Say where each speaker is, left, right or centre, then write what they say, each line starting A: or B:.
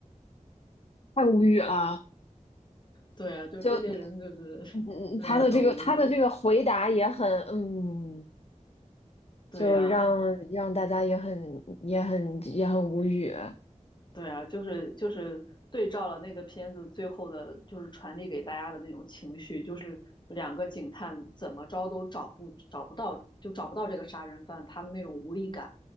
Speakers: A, on the left (about 50°); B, on the left (about 35°).
A: 太无语了。
B: 对啊，就这些人就是
A: 就嗯，
B: <laughs>
A: 嗯他的这个他的这个回答也很嗯，
B: 真的很无语。对呀，
A: 就让让大家也很也很也很无语。
B: 对呀，就是就是对照了那个片子最后的，就是传递给大家的那种情绪，就是两个警探怎么着都找不找不到，就找不到这个杀人犯，他们那种无力感，